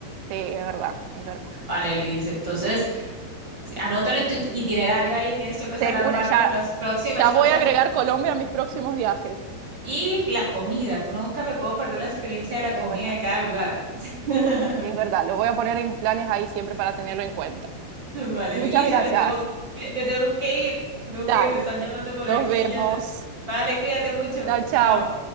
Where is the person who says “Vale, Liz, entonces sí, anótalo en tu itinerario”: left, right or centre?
Right